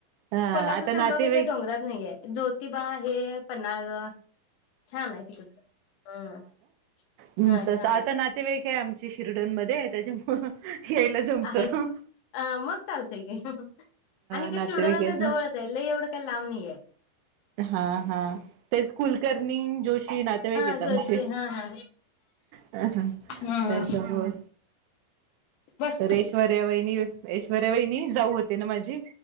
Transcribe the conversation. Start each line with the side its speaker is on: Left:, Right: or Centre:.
Right: हा
Left: कोल्हापूरच्या
Right: आता नातेवाईक
Left: अंबाबाई काय डोंगरात नाहीये. ज्योतिबा हे पन्हाळा जवळ छान आहे तिकडच हम्म.
Right: हम्
Left: हा
Right: तस
Left: छान
Right: आता
Left: आहे
Right: नातेवाईक आहेय आमची किर्डोनमध्ये त्याच्यामुळे यायला जमतं.
Left: आहे अ मग चालतय कि आणि
Right: नातेवाईक
Left: कशी उडवणार
Right: आहेत
Left: ना जवळ जाईल एवढं काय लांब नाही आहे.
Right: हा हा तेच कुलकर्णी जोशी नातेवाईकेत
Left: हा
Right: आमचे.
Left: जशी हा हा
Right: अ
Left: हा
Right: त्याच्यामूळ.
Left: हा बस
Right: तर ऐश्वर्यावहिनी ऐश्वर्या वहिनी जाऊ होते ना माझी